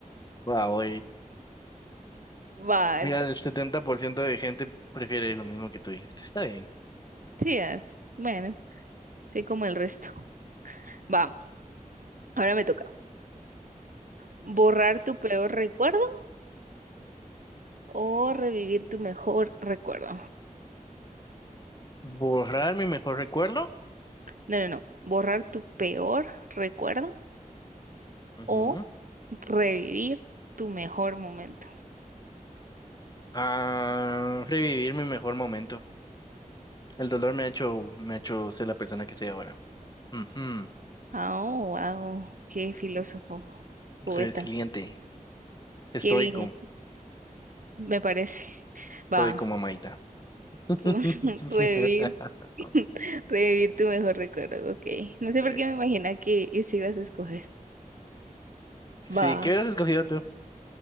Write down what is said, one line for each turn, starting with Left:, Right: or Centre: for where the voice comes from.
Left: Wow,
Right: Va.
Left: mira, el 70% de gente prefiere lo mismo que tú dijiste. Está bien.
Right: sí, as- Bueno, soy como el resto. Va. Ahora me toca. ¿Borrar tu peor recuerdo o revivir tu mejor recuerdo?
Left: Borrar mi mejor recuerdo.
Right: No, no, no. ¿Borrar tu peor recuerdo
Left: Ujú.
Right: o revivir tu mejor momento?
Left: a revivir mi mejor momento. El dolor me ha hecho, me ha hecho ser la persona que soy ahora. Ujú,
Right: Oh, wow. Qué filósofo, poeta.
Left: Resiliente, estoico,
Right: Qué bien, me parece.
Left: estoico,
Right: Va.
Left: mamaita. <laughs>
Right: <laughs> Revivir, <laughs> revivir tu mejor recuerdo, ok. No sé por
Left: Eh,
Right: qué me imagina que ese ibas a escoger.
Left: Sí,
Right: Va,
Left: ¿qué hubieras escogido tú?